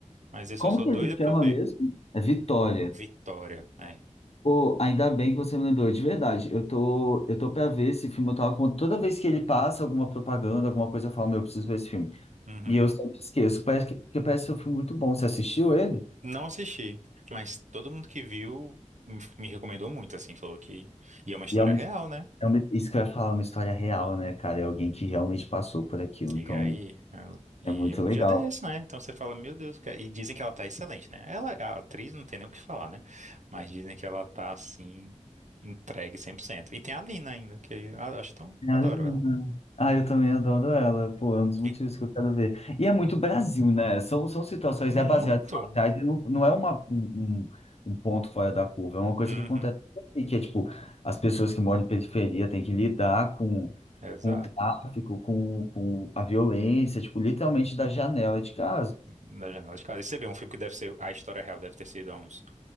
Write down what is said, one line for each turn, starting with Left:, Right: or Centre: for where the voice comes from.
Right: Mas esse
Left: como
Right: eu sou
Left: que
Right: doido
Left: ele chama
Right: pra ver.
Left: mesmo? É Vitória.
Right: Vitória, é.
Left: Pô, ainda bem que você me lembrou, de verdade. Eu tô, eu tô pra ver esse filme, eu tava com toda vez que ele passa alguma propaganda, alguma coisa, eu falo, meu, eu preciso ver esse filme.
Right: Uhum.
Left: E eu sempre esqueço. Parece que, porque parece que eu fui muito bom. Você assistiu ele?
Right: Não assisti, mas todo mundo que viu me me recomendou muito, assim, falou que. E é uma história
Left: E é uma,
Right: real, né?
Left: é uma, isso que eu ia falar, é uma história real, né, cara? É alguém que realmente passou por aquilo.
Right: E
Left: Então,
Right: aí, eu- e
Left: é muito
Right: um
Left: legal.
Right: dia desse, né? Então você fala, meu Deus, cara. E dizem que ela tá excelente, né? Ela, a atriz não tem nem o que falar, né? Mas dizem que ela tá assim, entregue 100%. E tem a Lina ainda, que eu acho tão.
Left: Senhora
Right: Adoro
Left: Menina.
Right: ela.
Left: Ah, eu também adoro ela. Pô, é um dos motivos
Right: E
Left: que eu quero ver. E é muito Brasil, né? São, são situações,
Right: muito!
Left: é baseado em fatais, e não, não é uma, um, um um ponto fora da curva, é uma coisa
Right: Uhum,
Left: que acontece aqui, que é tipo, as pessoas que moram em periferia têm que lidar com,
Right: exato.
Left: com o tráfico, com, com a violência, tipo, literalmente da janela de casa.
Right: Na janela de casa. E você vê um filme que deve ser. A história real deve ter sido há uns